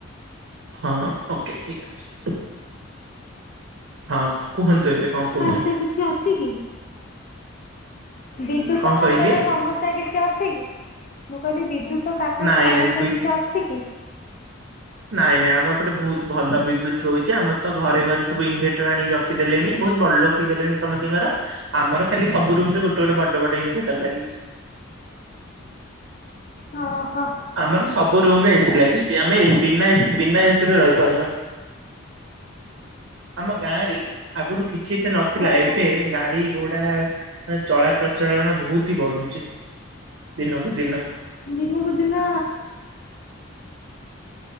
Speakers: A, on the right; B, on the left.
A: ହଁ ଓକେ ଠିକ ଅଛି ହଁ କୁହନ୍ତୁ ଏବେ କଣ। କହୁଛନ୍ତି
B: ପାସ କିଛି ଅଛି କି। ବିଦ୍ୟୁତ
A: କଣ
B: କାଟ
A: କହିଲେ?
B: ର ସମସ୍ୟା କିଛି ଅଛି କି। ମୁଁ କହିଲି ବିଦ୍ୟୁତ କାଟର
A: ନାଇଁ
B: ସମସ୍ୟା
A: ନାଇଁ
B: କିଛି ଅଛି କି।
A: ନାଇଁ ନାଇଁ ଆମ ଏପଟେ ବହୁତ ଭଲ ବିଦ୍ୟୁତ୍ ରହୁଛି ଆମେ ତ ଘରେ ଘରେ ସବୁ ଇନଭେଟର ଆଣିକି ରଖିଦେଲେଣି ବହୁତ ବଡ ଲୋକ। ଠିକ ଗଲେଣି ସମସ୍ତତିଙ୍କର ଆମର ଖାଲି ସବୁ ରୁମ ରେ ଗୋଟେ ଗୋଟେ ବଡ ବଡ ଇନଭଟର ଲାଗିଛି।
B: ଅ ହ।
A: ଆମର ସବୁ ରୁମରେ ଏସି ଲାଗିଛି ଆମେ ଏ ବିନା ଏ ବିନା ଏସି ରେ ରହିପାରୁନା। ଆମ ଗାଁରେ ଆଗରୁ କିଛି ଏତେ ନଥିଲା
B: ଓହୋ।
A: ଏବେ ଗାଡି ଗୋଟା ଚଳା ପ୍ରଚଳନ ବହୁତ ହି ବଢୁଛି ଦିନକୁ ଦିନ।
B: ଦିନକୁ ଦିନ